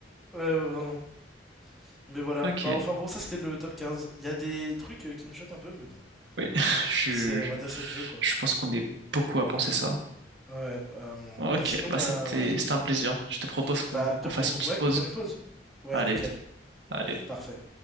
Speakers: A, in the centre; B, on the right (about 85°).
A: Ouais, ouais, vraiment. Mais voilà,
B: Ok,
A: bah enfin bon, ça c'était le top quinze Il y a des trucs euh, qui me choquent un peu, mais bon,
B: oui. <laughs> Je,
A: c'est,
B: je
A: on va dire, c'est le jeu quoi.
B: je pense qu'on est beaucoup à penser ça.
A: Ouais, euh,
B: Ok,
A: bon. bah sinon,
B: bah
A: bah
B: c'était
A: voilà.
B: c'était un plaisir. Je te propose qu'on
A: Bah, je
B: qu'on
A: te pro-
B: fasse une petite
A: ouais,
B: pause.
A: qu'on prenne une pause. Ouais,
B: Allez,
A: nickel,
B: allez.
A: parfait.